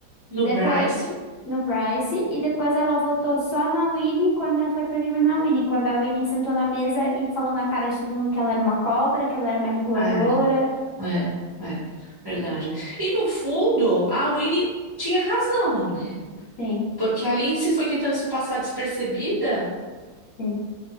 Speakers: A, on the right (about 30°); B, on the left (about 60°).
A: No
B: Depois
A: Bryce?
B: no Bryce e depois ela votou só na Winnie quando ela foi pra eliminar a Winnie, quando a Winnie sentou na mesa e falou na cara de todo mundo que ela era uma cobra, que ela era manipuladora.
A: Ah, é, é, é, verdade. E no fundo, a Winnie tinha razão, né?
B: Sim,
A: Porque a Lindsay foi tentando se passar despercebida,
B: sim,